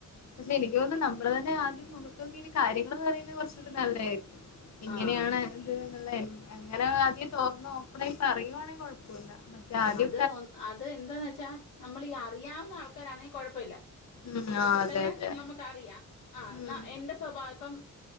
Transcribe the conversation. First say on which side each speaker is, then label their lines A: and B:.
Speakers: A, on the left (about 55°); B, on the left (about 70°).
A: പക്ഷെ എനിക്ക് തോന്നുന്നു നമ്മള് തന്നെ ആദ്യം മൊഗത്തോക്കിട്ട് കാര്യങ്ങൾ പറയുന്നത് കൊറച്ചൂടി നല്ലെയാരിക്കും എങ്ങനെയാണ്
B: ആഹ്
A: ഇത് ന്ന്ള്ളെൻ അങ്ങന ആദ്യം തോർന്ന് നോക്കണേൽ പറയുവാണെ കുഴപ്പോല്ല മറ്റെ ആദ്യോ
B: ദ് ഒന്ന് അത് എന്താന്ന് വെച്ചാ നമ്മളീ അറിയാവുന്ന ആൾക്കാരാന്നെ കൊഴപ്പവില്ല
A: ഉം ആഹ് അതെ
B: കല്യാണത്തിന്
A: അതെ
B: മുമ്പ് മ്മക്ക് അറിയാം ആ
A: ഉം
B: ന്നാ എന്റ സ്വഭാവ ഇപ്പം